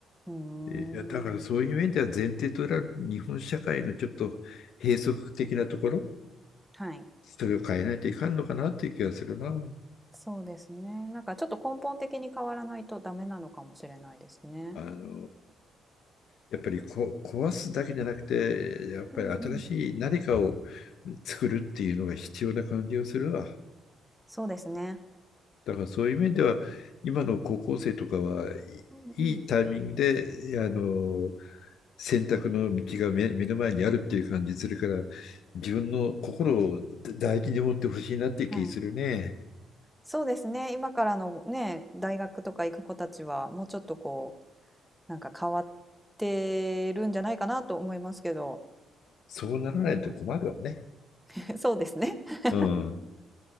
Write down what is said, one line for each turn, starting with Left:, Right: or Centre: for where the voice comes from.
Centre: うーん
Left: えだからそういう面では前提となる日本社会のちょっと閉塞的なところ
Centre: はい
Left: それを変えないといかんのかなっていう気がするな。
Centre: そうですね。なんかちょっと根本的に変わらないとダメなのかもしれないですね。
Left: あのやっぱりこ壊すだけじゃなくて、やっぱり新しい何かを
Centre: うんうん。
Left: 作るっていうのが必要な感じがするわ。
Centre: そうですね。
Left: だからそういう面では、今の高校生とかは
Centre: うんうん。
Left: いいタイミングで、あの、選択の道が目、目の前にあるっていう感じするから、自分の心を大事に持ってほしいなっていう気するね。
Centre: はい。そうですね。今からのね、大学とか行く子たちは、もうちょっとこう、なんか変わってるんじゃないかなと思いますけど。
Left: そうならないと困るわね。
Centre: うん <laughs>。そうですね。<laughs>
Left: うん。